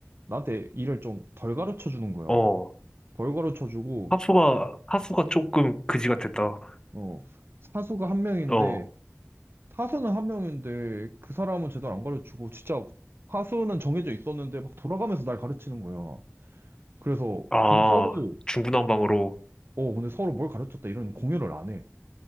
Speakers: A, on the right; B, on the left.
A: 나한테 일을 좀 덜 가르쳐주는 거야.
B: 어.
A: 덜 가르쳐주고,
B: 하수가, 하수가 조금 그지 같았다.
A: 어, 사수가 한 명인데,
B: 어,
A: 사수는 한 명인데 그 사람은 제대로 안 가르치고, 진짜 사수는 정해져 있었는데 막 돌아가면서 날 가르치는 거야. 그래서
B: 아,
A: 근데 서로
B: 중구난방으로.
A: 어 근데 서로 뭘 가르쳤다 이런 공유를 안 해.